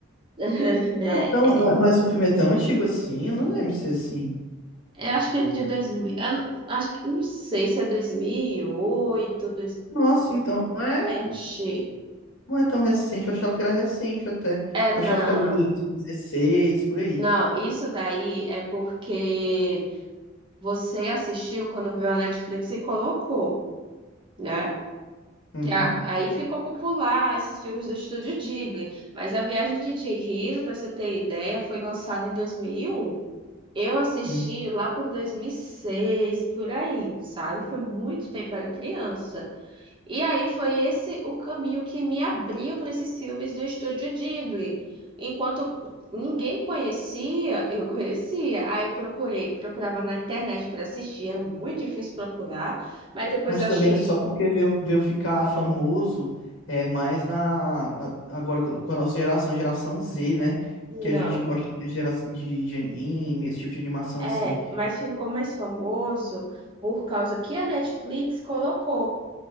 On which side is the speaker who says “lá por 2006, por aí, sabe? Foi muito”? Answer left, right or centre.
Right